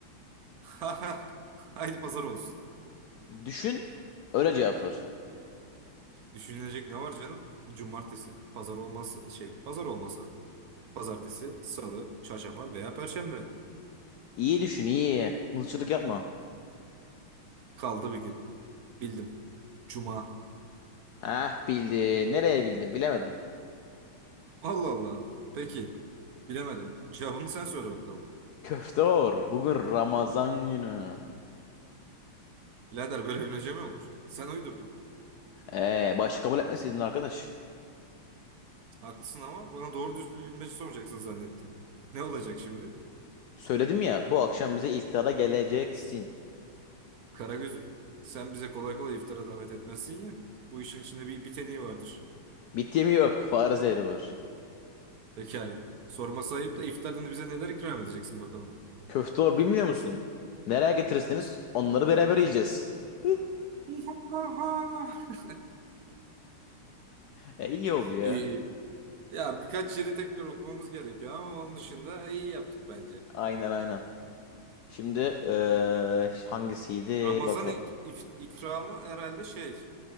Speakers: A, on the right (about 55°); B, on the left (about 80°).
A: <laughs> Haydi pazar olsun.
B: Düşün. Öyle cevap ver.
A: Düşünülecek ne var canım? Cumartesi. Pazar olmazsa şey, pazar olmasa. Pazartesi, salı, çarşamba veya perşembe.
B: İyi düşün iyi. Mızıkçılık yapma.
A: Kaldı bir gün. Bildim. Cuma.
B: Heh bildin. Nereye bildin bilemedin.
A: Allah Allah. Peki. Bilemedim. Cevabını sen söyle bakalım.
B: Köfte hor. Bugün Ramazan günü.
A: Birader böyle bilmece mi olur? Sen uydurdun.
B: Ee, başka kabul etmeseydin arkadaş.
A: Haklısın ama bana doğru düz bir bilmece soracaksın zannettim. Ne olacak şimdi?
B: Söyledim ya bu akşam bize iftara geleceksin.
A: Karagöz'üm sen bize kolay kolay iftara davet etmezsin ya. Bu işin içinde bir biteniği vardır.
B: Bit yemi yok. Fare zehri var.
A: Pekala. Sorması ayıp da iftarında bize neler ikram edeceksin bakalım.
B: Köfte var bilmiyor musun? Nereye getirirseniz onları beraber yiyeceğiz. <laughs>
A: <laughs>
B: E, iyi oldu ya.
A: İyi. Ya birkaç yeri tekrar okumamız gerekiyor ama onun dışında iyi yaptık bence.
B: Aynen aynen. Şimdi eee, hangisiydi?
A: Ramazan
B: Bak
A: ik- if- ikramı herhalde şey.